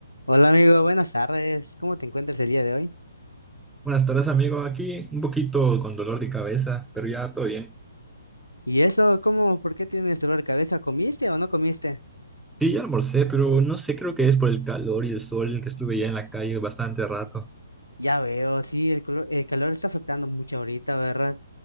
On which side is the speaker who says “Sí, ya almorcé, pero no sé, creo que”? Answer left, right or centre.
Centre